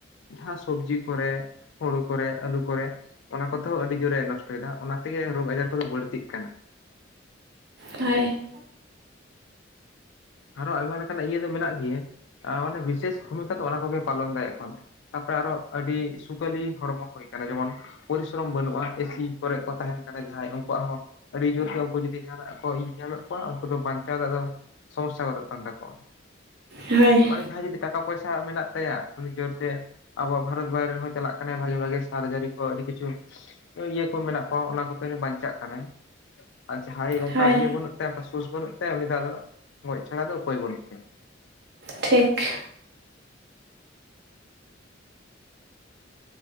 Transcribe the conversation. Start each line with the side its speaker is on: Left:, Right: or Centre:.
Left: ᱡᱟᱦᱟᱸ ᱥᱚᱵᱡᱤ ᱠᱚᱨᱮᱜ ᱦᱳᱲᱳ ᱠᱚᱨᱮᱜ ᱟᱹᱞᱩ ᱠᱚᱨᱮᱜ, ᱚᱱᱟ ᱠᱚᱛᱮᱦᱚᱸ ᱟᱹᱰᱤ ᱡᱳᱨᱮ ᱱᱚᱥᱴᱚᱭᱮᱫᱟ ᱚᱱᱟᱛᱮᱜᱮ ᱨᱳᱜᱽ ᱟᱡᱟᱨ ᱠᱚᱫᱚ ᱵᱟᱹᱲᱛᱤᱜ ᱠᱟᱱᱟ᱾
Right: ᱦᱟᱭ
Left: ᱟᱨᱚ ᱟᱭᱢᱟ ᱞᱮᱠᱟᱱᱟᱜ ᱤᱭᱟᱹ ᱫᱚ ᱢᱮᱱᱟᱜ ᱜᱮᱭᱟ ᱢᱟᱱᱮ ᱵᱤᱥᱮᱥ ᱵᱷᱩᱢᱤᱠᱟ ᱛᱚ ᱚᱱᱟ ᱠᱚᱜᱮ ᱯᱟᱞᱚᱱ ᱫᱟᱭ ᱮᱠᱷᱚᱱ᱾ ᱛᱟᱯᱚᱨᱮ ᱟᱨᱚ ᱟᱹᱰᱤ ᱥᱩᱠᱟᱹᱞᱤ ᱦᱚᱲᱢᱚ ᱦᱩᱭ ᱟᱠᱟᱱᱟ ᱡᱮᱢᱚᱱ ᱯᱚᱨᱤᱥᱨᱚᱢ ᱵᱟᱹᱱᱩᱜ-ᱟ ᱮᱥᱤ ᱠᱚᱨᱮᱜ ᱠᱚ ᱛᱟᱦᱮᱱ ᱠᱟᱱᱟ ᱡᱟᱦᱟᱸᱭ ᱩᱱᱠᱩᱣᱟᱜ ᱦᱚᱸ ᱟᱹᱰᱤ ᱡᱳᱨᱜ ᱛᱮᱦᱚᱸ ᱠᱚ ᱡᱫᱤ ᱡᱟᱦᱟᱸ ᱱᱟᱜ ᱤᱭ ᱧᱟᱢᱮᱫ ᱠᱚᱣᱟ ᱩᱱᱠᱩ ᱫᱚ ᱵᱟᱧᱪᱟᱣ ᱫᱚ ᱟᱫᱚ ᱥᱚᱢᱚᱥᱥᱟ ᱜᱚᱫᱚᱜ ᱠᱟᱱ ᱛᱟᱠᱚᱣᱟ᱾
Right: ᱦᱳᱭ
Left: ᱚᱱᱮ ᱡᱟᱦᱟᱸᱭ ᱡᱩᱫᱤ ᱴᱟᱠᱟ ᱯᱚᱭᱥᱟ ᱢᱮᱱᱟᱜ ᱛᱟᱭᱟ ᱩᱱᱤ ᱡᱳᱨᱛᱮ ᱟᱵᱚᱣᱟᱜ ᱵᱷᱟᱨᱚᱛ ᱵᱟᱭᱨᱮ ᱨᱮᱦᱚᱸ ᱪᱟᱞᱟᱜ ᱠᱟᱱᱟᱭ ᱵᱷᱟᱜᱮ ᱵᱷᱟᱜᱮ ᱥᱟᱨᱡᱟᱨᱤ ᱠᱚ ᱟᱹᱰᱤ ᱠᱤᱪᱷᱩ ᱳᱭ ᱤᱭᱟᱹ ᱠᱚ ᱢᱮᱱᱟᱜ ᱠᱚᱣᱟ ᱚᱱᱟ ᱠᱚ ᱛᱮᱜᱮ ᱵᱟᱧᱪᱟᱜ ᱠᱟᱱᱟᱭ, ᱟᱨ ᱡᱟᱦᱟᱸᱭ ᱚᱝᱠᱟ
Right: ᱦᱳᱭ
Left: ᱤᱭᱟᱹ ᱵᱟᱹᱱᱩᱜ ᱛᱟᱭᱟ ᱚᱱᱠᱟ ᱥᱩᱥ ᱵᱟᱹᱱᱩᱜ ᱛᱟᱭᱟ ᱩᱱᱤ ᱫᱚ ᱟᱫᱚ ᱜᱚᱡ ᱪᱷᱟᱲᱟ ᱫᱚ ᱩᱯᱟᱹᱭ ᱵᱟᱹᱱᱩᱜ ᱛᱟᱭᱟ᱾
Right: ᱴᱷᱤᱠ